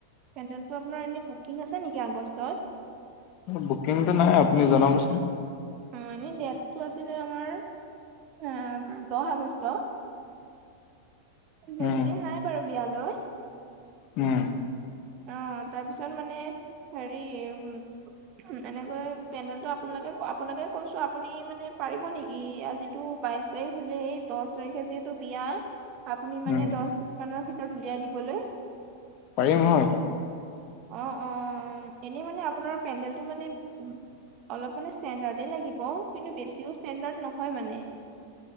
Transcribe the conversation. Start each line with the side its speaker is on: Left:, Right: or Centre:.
Right: পেণ্ডেলটো আপোনাৰ এনে বুকিং আছে নেকি আগষ্টত।
Left: বুকিংটো নাই আপুনি জনাবচোন।
Right: অ', এনে ডেটটো আছিলে আমাৰ অ', দহ আগষ্ট বেছি
Left: উম
Right: দিন নাই বাৰু বিয়ালৈ।
Left: উম।
Right: অ', তাৰপিছত মানে হেৰি উ এনেকৈ পেণ্ডেলটো আপোনালোকে আপোনালোকে কৈছোঁ আপুনি মানে পাৰিব নেকি আজিটো বাইশ তাৰিখ হ'লে দচ তাৰিখে যিহেতু বিয়া আপুনি মানে
Left: উম
Right: দচ দিন মানৰ ভিতৰত উলিয়াই দিবলৈ
Left: পাৰিম হয়।
Right: অ', অ', এনেই মানে আপোনাৰ পেণ্ডেলটো মানে অলপ মানে ষ্টেণ্ডাৰ্ডে লাগিব কিন্তু বেছিও ষ্টেণ্ডাৰ্ড নহয় মানে।